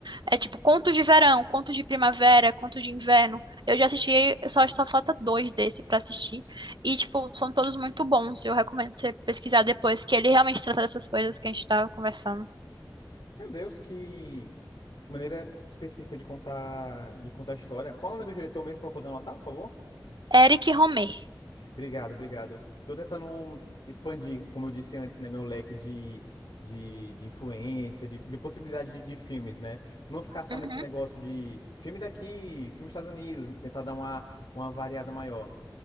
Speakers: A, on the right (about 70°); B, on the left (about 70°).
A: é tipo contos de verão, contos de primavera, contos de inverno. Eu já assisti, só só falta dois desse pra assistir. E, tipo, são todos muito bons. Eu recomendo você pesquisar depois, que ele realmente trata dessas coisas que a gente tava conversando.
B: Meu Deus, que maneira específica de contar, de contar a história. Qual é o nome do diretor mesmo para poder anotar, por favor?
A: Eric Romer.
B: Obrigado, obrigado. Tô tentando expandir, como eu disse antes, né, meu leque de, de, de influência, de, de possibilidade de, de filmes, né? Não ficar só
A: Uhum,
B: nesse negócio de filme daqui, filme dos Estados Unidos, tentar dar uma, uma variada maior.